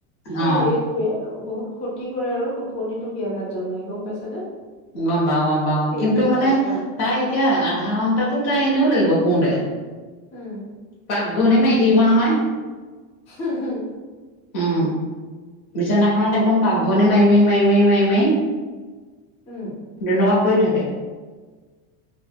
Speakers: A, on the left; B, on the left.
A: সেই
B: অ'।
A: ৰেটোৱে বহুত ক্ষতি কৰে আৰু টোপনিটো বিয়াঘাত জন্মাই গম পাইছানে।
B: গম পাওঁ গম পাওঁ
A: সেইটো
B: কিন্তু
A: এটা
B: মানে
A: কথা
B: তাই এতিয়া আধা ঘন্টাতো তাই এনেও লাগিব শুওতে।
A: উম,
B: পাকঘূনি মাৰি থাকিব নহয়।
A: হুম হু,
B: উ বিচনাখনত এক, একদম পাকঘূৰণি
A: হুম
B: মাৰি মাৰি মাৰি মাৰি মাৰি মাৰি
A: উম
B: তেনেকুৱা কৰি থাকে।